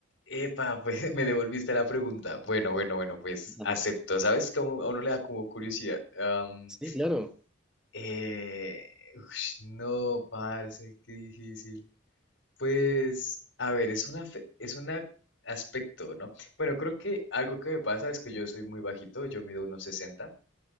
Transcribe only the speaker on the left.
Epa, pues <laughs> me devolviste la pregunta. Bueno, bueno, bueno, pues
acepto. ¿Sabes? Como a uno le da como curiosidad. Am,
eh, ush, no, parce, qué difícil. Pues, a ver, es una, fe- es un aspecto, ¿no? Bueno, creo que algo que me pasa es que yo soy muy bajito, yo mido unos 60